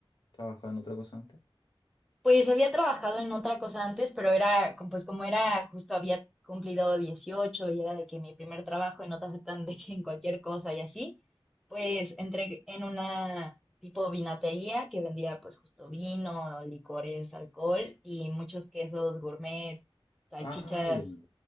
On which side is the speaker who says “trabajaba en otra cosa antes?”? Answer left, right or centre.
Left